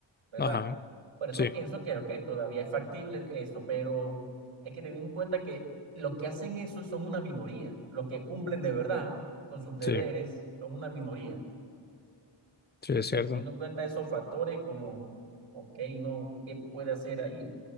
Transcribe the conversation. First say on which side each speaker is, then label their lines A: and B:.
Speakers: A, on the right; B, on the left.
A: ¿verdad?
B: ajá,
A: Por eso
B: sí.
A: pienso que, ok, todavía es factible eso, pero hay que tener en cuenta que los que hacen eso son una minoría. Los que cumplen de verdad con sus deberes
B: Sí.
A: son una minoría.
B: Sí,
A: Entonces,
B: es cierto.
A: teniendo en cuenta esos factores, como, ok, uno, ¿qué puede hacer ahí?